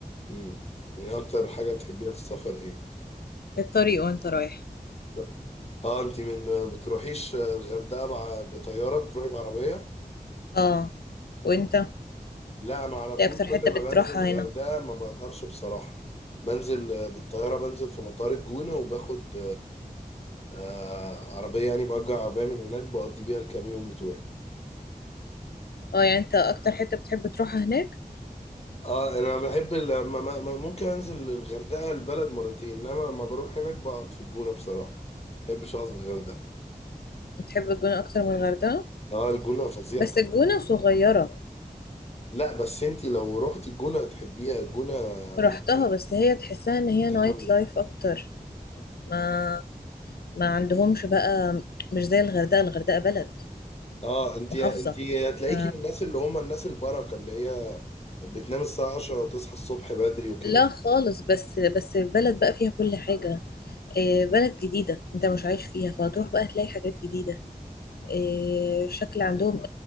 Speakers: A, on the left; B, on the left.
A: امم يعني اكتر حاجه بتحبيها في السفر ايه
B: الطريق وانت رايح
A: لا. اه انت من بتروحيش الغردقه مع بطياره بتروحي بعربيه
B: اه وانت
A: لا انا على طول
B: ايه اكتر
A: كل
B: حتة بتروحها
A: ما بنزل الغردقه
B: هنا
A: ما بقدرش بصراحه بنزل آه، بالطياره بنزل في مطار الجونه وباخد آه عربية يعني بأجر عربية من هناك بقضي بيها الكام يوم بتوعي
B: اه يعني انت اكتر حتة بتحب تروحها هناك
A: اه انا بحب لما ما- ما- ممكن انزل الغردقة البلد مرتين انما لما بروح هناك بقعد في الجونة بصراحة ما بحبش اقعد في الغردقة
B: بتحب الجونة اكتر من الغردقة
A: اه الجونة فظيعة
B: بس
A: طبعا
B: الجونة صغيرة
A: لا بس انت لو رحت الجونة هتحبيها الجونة
B: رحتها
A: يعني
B: بس هي تحسها ان هي
A: متكاملة
B: نايت لايف اكتر ما ما عندهمش بقى مش زي الغردقة الغردقة بلد
A: اه انت
B: محافظة
A: انت هتلاقيكي
B: ف
A: من الناس اللي هم الناس البركة اللي هي بتنام الساعة 10 وتصحى الصبح بدري وكده
B: لا خالص بس بس البلد بقى فيها كل حاجة آه، بلد جديدة انت مش عايش فيها فهتروح بقى تلاقي حاجات جديدة آه، شكل عندهم